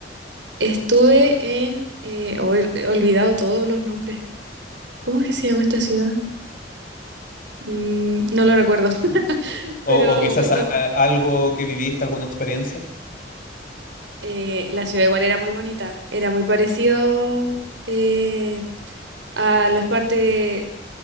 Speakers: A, on the right; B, on the left.
A: Estuve en... eh, oh, he olvidado todos los nombres. ¿Cómo es que se llama esta ciudad? Mm, no lo recuerdo. <laughs>
B: ¿O,
A: Pero
B: o quizás
A: cuando...
B: a- a- algo que viviste, alguna experiencia?
A: eh, la ciudad igual era muy bonita. Era muy parecido eh, a las partes